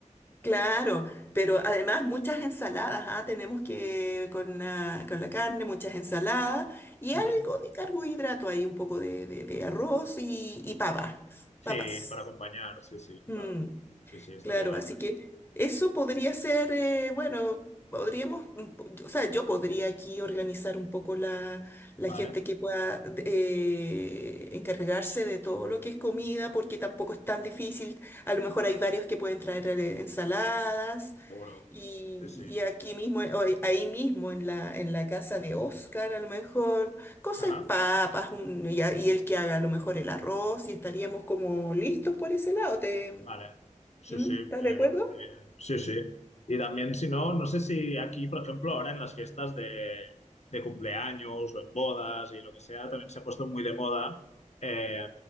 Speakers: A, on the left (about 15°); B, on the left (about 60°).
A: Claro, pero además muchas ensaladas, ah, Tenemos que con la, con la carne, muchas ensaladas y
B: Ujú.
A: algo de carbohidrato ahí, un poco de, de- de arroz y, y papas,
B: Sí,
A: papas.
B: para acompañar, sí, sí,
A: Mm,
B: claro. Sí, sí, estaría
A: claro,
B: bien.
A: así que eso podría ser, eh, bueno, podríamos, mm, po- o sea, yo podría aquí organizar un poco la, la
B: Vale,
A: gente que pueda de- eh, encargarse de todo lo que es comida, porque tampoco es tan difícil. A lo mejor hay varios que pueden traer eh, ensaladas.
B: seguro.
A: Y,
B: Sí, sí.
A: y aquí mismo, o ahí ahí mismo en la, en la casa de Oscar, a lo mejor, cosas
B: Ajá.
A: papas, un- y, a- y él que haga a lo mejor el arroz, y estaríamos como listos por ese lado. ¿Te,
B: Vale, sí,
A: ¿Mm?
B: sí,
A: ¿Estás
B: me,
A: de acuerdo?
B: me parece bien. Sí, sí. Y también, si no, no sé si aquí, por ejemplo, ahora en las fiestas de, de cumpleaños o en bodas y lo que sea, también se ha puesto muy de moda eh,